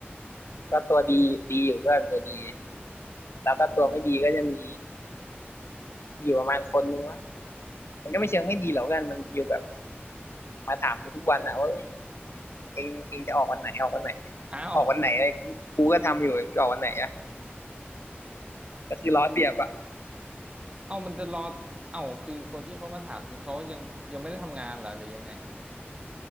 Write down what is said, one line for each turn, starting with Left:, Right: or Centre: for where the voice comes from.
Left: ก็ตัวดีดีอยู่เพื่อนตัวดีแล้วก็ตัวไม่ดีก็จะมี
Right: อืม
Left: อยู่ประมาณคนนึงมั้งมันก็ไม่เชิงไม่ดีหรอกกันมันฟีลแบบมาถามกูทุกวันอะว่าเอ้ยเองเองจะออกวันไหนออกวันไหน
Right: อ้าว
Left: ออกวันไหนอะไรกูกูก็ทำอยู่งจะออกวันไหนอะก็คือล้อเสียบอะ
Right: เอ้ามันจะรอเอ้าคือคนที่เขามาถามคือเขายังยังไม่ได้ทำงานเหรอหรือยังไง